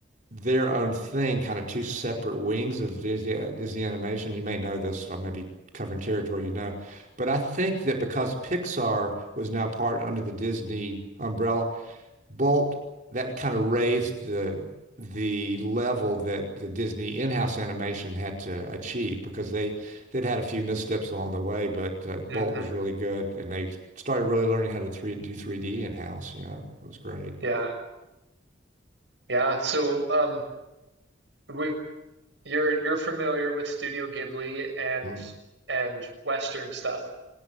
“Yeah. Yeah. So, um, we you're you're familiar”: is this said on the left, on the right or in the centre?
Right